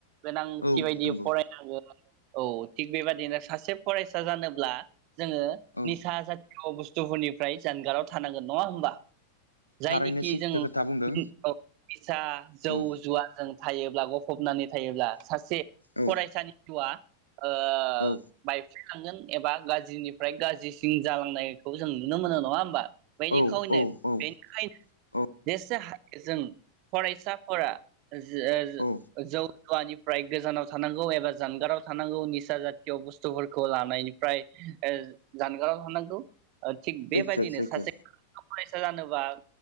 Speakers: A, on the right; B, on the left.
A: गोनांथि
B: औ
A: बायदि
B: नंगौ
A: फरायनांगोन। औ थिग बेबादिनो सासे फरायसा जानो <unintelligible> जोङो
B: औ
A: निसा <unintelligible> बुस्थुफोरनिफ्राय जानगाराव थानांगोन नङा होमबा। जायनिखि
B: थारैनो सैथो
A: जों
B: खोथा बुंदों
A: <unintelligible> निसा जौ
B: औ।
A: जुवा जों थायोब्ला गफबनानै थायोब्ला सासे
B: औ
A: फरायसानि जिउया ओ
B: औ
A: बायफ्ले लांगोन। एबा गाज्रिनिफ्राय गाज्रिसिन जालांनायखौ जों नुनो मोनो नङा होमबा। बेनिखनो
B: औ
A: बेनिखायनो
B: औ औ औ
A: जेसे <unintelligible> जों फरायसाफोरा जो-जौ
B: औ
A: जुवानिफ्राय गोजानाव थानांगौ एबा जानगाराव थानांगौ निसा जाथिय बुस्थुफोरखौ लानायनि <unintelligible> जानगाराव थानांगौ। थिग
B: सैथो
A: बेबायदिनो
B: सैथो
A: सासे फरायसा <unintelligible> जानोबा